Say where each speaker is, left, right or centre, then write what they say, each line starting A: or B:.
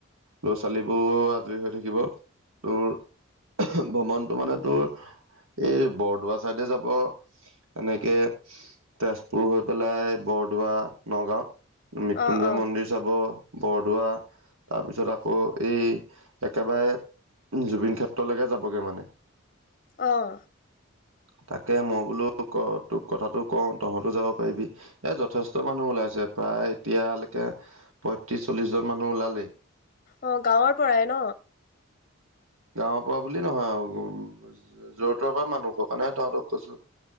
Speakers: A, on the right (about 80°); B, on the left (about 45°).
A: ল'ৰা ছোৱালীবোৰ আজৰি হৈ থাকিব তোৰ ভ্ৰমণটো মানে তোৰ এই বৰদোৱা চাইডে যাব। এনেকে তেজপুৰ হৈ পেলাই বৰদোৱা নগাঁৱত মৃত্যুঞ্জয়
B: অ', অ'।
A: মন্দিৰ চাব বৰদোৱা তাৰ পিছত আকৌ এই একেবাৰে জুবিন ক্ষেত্ৰলৈকে যাবগে মানে।
B: অঁ
A: তাকে মই বোলো ক তোক কথা টো কওঁ তহঁতো যাব পাৰিবি এ যথেষ্ট মানুহ ওলাই প্ৰায় এতিয়ালৈকে পয়ত্ৰিশ চল্লিশ জন মানুহ ওলালেই।
B: অ', গাঁৱৰ পৰাই ন?
A: গাঁৱৰ পৰা বুলি নহয় আৰু উ যোৰ তৰ পৰা মানুহৰ কাৰণেহে তহঁতক কৈছো